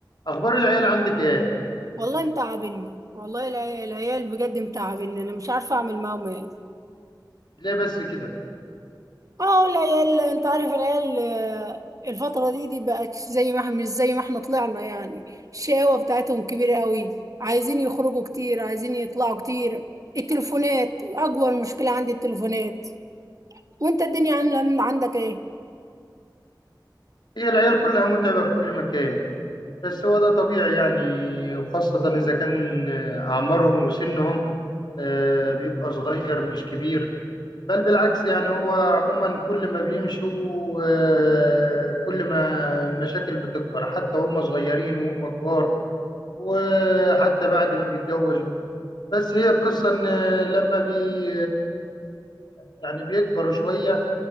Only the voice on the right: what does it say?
والله متعبني والله العي- العيال بجد متعبني انا مش عارفه اعمل معاهم ايه
اه العيال انت عارف العيال آه، الفتره دي دي بقت زي ما احنا مش زي ما احنا طلعنا يعني الشقاوه بتاعتهم كبيره قوي عايزين يخرجوا كتير عايزين يطلعوا كتير التليفونات اكبر مشكله عندي التليفونات وانت الدنيا عامله عندك ايه